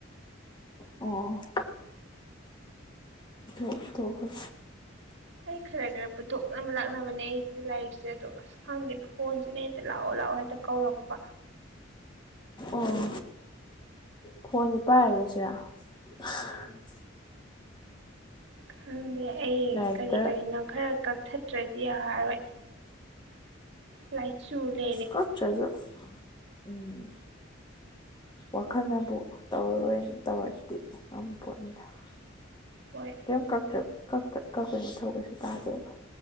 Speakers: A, on the left; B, on the right.
A: ꯑꯣ ꯄꯨꯊꯣꯛꯈ꯭ꯔꯦ
B: ꯑꯩ ꯈꯔ ꯈꯔ ꯄꯨꯊꯣꯛꯅꯕ ꯂꯥꯛꯅꯕꯅꯦ ꯑꯩꯁꯦ ꯂꯥꯢꯔꯤꯛꯁꯦ ꯑꯗꯣ ꯑꯁ ꯈꯪꯗꯦ ꯐꯣꯟꯁꯤꯅ ꯍꯦꯛꯇ ꯂꯥꯛꯑꯣ ꯂꯥꯛꯑꯣ ꯍꯦꯛꯇ ꯀꯧꯔꯛꯄ꯫
A: ꯑꯣꯝ ꯐꯣꯟꯁꯦ ꯄꯥꯢꯔꯔꯣꯢꯁꯤꯔꯥ꯫ <inaudible>
B: ꯈꯪꯗꯦ ꯑꯩ
A: ꯂꯥꯏꯔꯤꯛꯇ
B: ꯀꯔꯤ ꯀꯔꯤꯅꯣ ꯈꯔ ꯀꯛꯊꯠꯇ꯭ꯔꯗꯤ ꯌꯥꯔꯔꯣꯢ ꯂꯥꯢꯆꯨ ꯂꯩ
A: ꯀꯛꯇ꯭ꯔꯖꯨ ꯎꯝ ꯋꯥꯈꯜꯅꯕꯨ ꯇꯧꯔꯔꯣꯢꯅ ꯇꯧꯔꯗꯤ ꯉꯝꯄꯣꯠꯅꯤꯗ꯫ <inaudible>
B: ꯍꯣꯢ
A: ꯀꯩꯝ ꯀꯛꯇ꯭ꯔꯞ ꯀꯛꯇ ꯀꯛꯄꯩ ꯃꯊꯧ ꯀꯩꯁꯨ ꯇꯥꯗꯦꯕ꯫